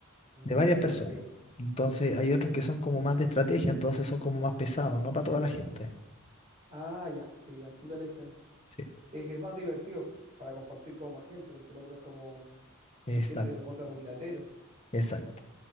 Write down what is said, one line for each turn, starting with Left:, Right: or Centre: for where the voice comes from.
Right: Mm,
Left: De varias personas.
Right: ok.
Left: Entonces hay otros que son como más de estrategia, entonces son como más pesados, no para toda la gente.
Right: Ah, ya, sí, ya entiendo la diferencia.
Left: Sí,
Right: Sí, es que es más divertido po, para compartir con más gente, porque el otro es como,
Left: exacto,
Right: hay gente que lo encuentra muy latero.
Left: exacto.